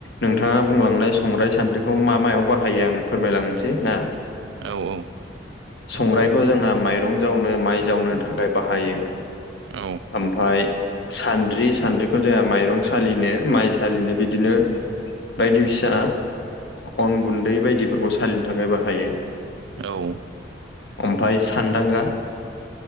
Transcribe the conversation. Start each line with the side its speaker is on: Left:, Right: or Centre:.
Left: नोंथाङा बुंलांनाय संग्राय सान्द्रिखौ मा मायाव बाहायो आं फोरमायलांनोसै ना
Right: औ औ
Left: संग्राइखौ जोंहा माइरं जावनो माइ जावनो थाखाय बाहायो
Right: औ
Left: ओमफ्राय सान्द्रि सान्द्रिखौ जोंहा माइरं सालिनो माइसालिनो बिदिनो बायदि फिसा अन गुन्दै बायदि फोरखौ सालिनो थाखाय बाहायो
Right: औ
Left: ओमफ्राय सानदांगा